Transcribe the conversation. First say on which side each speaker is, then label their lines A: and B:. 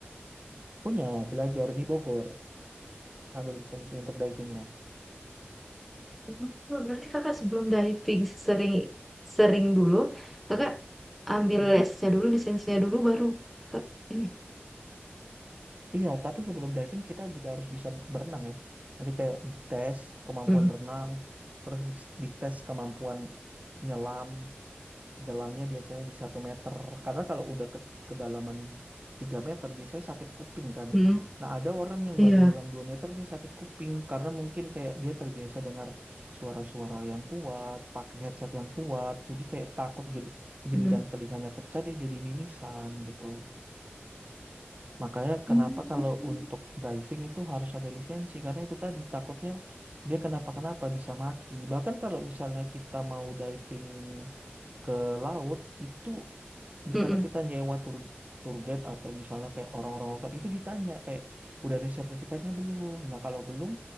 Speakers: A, on the right; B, in the centre.
A: Punya, belajar di Bogor, ambil lisensi untuk divingnya.
B: Oh, Berarti Kakak sebelum diving sering sering dulu, Kakak ambil
A: Hmm.
B: lesnya dulu, lisensinya dulu baru Kakak ini.
A: Iya, tapi sebelum diving kita juga harus bisa berenang ya. Jadi kayak dites kemampuan
B: Hmm,
A: renang, terus di- dites kemampuan nyelam, Jelamnya biasanya di satu meter. Karena kalau udah ke kedalaman 3 meter biasanya sakit kuping kan.
B: hmm,
A: Nah ada orang yang
B: iya.
A: baru nyelam 2 meter dia sakit kuping. Karena mungkin kayak dia terbiasa dengar suara-suara yang kuat, pakai headset yang kuat. Jadi kayak takut gel- gendang
B: Hmm,
A: telinganya pecah dia jadi mimisan gitu. Makanya
B: Hmm.
A: kenapa kalau untuk diving itu harus ada lisensi. Karena itu tadi takutnya dia kenapa-kenapa bisa mati. Bahkan kalau misalnya kita mau diving ke laut itu misalnya
B: hmm, hmm,
A: kita nyewa tour tour guide atau misalnya kayak orang-orang lokal itu ditanya kayak udah ada sertifikatnya belum. Nah, kalau belum